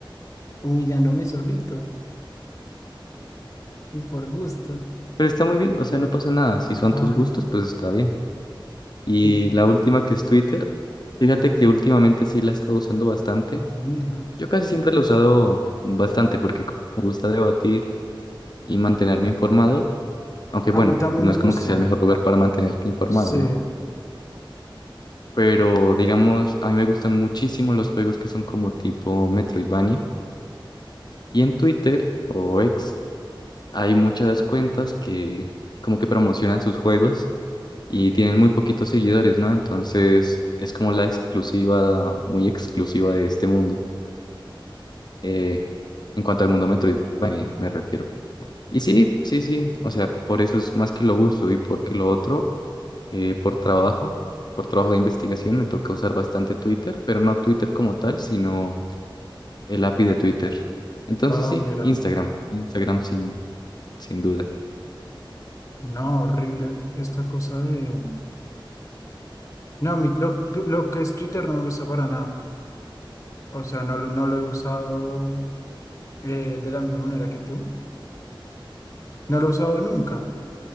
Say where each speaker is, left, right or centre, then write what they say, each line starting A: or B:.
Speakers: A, on the left; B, on the left.
A: humillándome solito y por gusto.
B: Pero está muy bien, o sea, no pasa nada. Si son
A: Ay,
B: tus gustos, pues está bien. Y
A: y,
B: la última que es Twitter, fíjate que últimamente sí la he estado usando bastante.
A: hijo mío.
B: Yo casi siempre la he usado bastante porque co- me gusta debatir y mantenerme informado, aunque
A: A
B: bueno,
A: mí también
B: pues no
A: me
B: es
A: gusta.
B: como que sea el mejor lugar para mantenerte informado,
A: Sí.
B: ¿no? Pero digamos, a mí me gustan muchísimo los juegos que son como tipo Metroidvania. Y en Twitter o X hay muchas cuentas que como que promocionan sus juegos y tienen muy poquitos seguidores, ¿no? Entonces es como la exclusiva, muy exclusiva de este mundo. eh, en cuanto al mundo Metroid me, me refiero. Y sí, sí, sí, o sea, por eso es más que lo uso y porque lo otro, eh, por trabajo, por trabajo de investigación me toca usar bastante Twitter, pero no Twitter como tal, sino el API de Twitter. Entonces
A: Ah,
B: sí,
A: mira.
B: Instagram, Instagram sin, sin duda.
A: No, horrible esta cosa de... No, mi, lo, tú- lo que es Twitter no me gusta para nada. O sea, no, no lo he usado eh, de la misma manera que tú. No lo he usado nunca.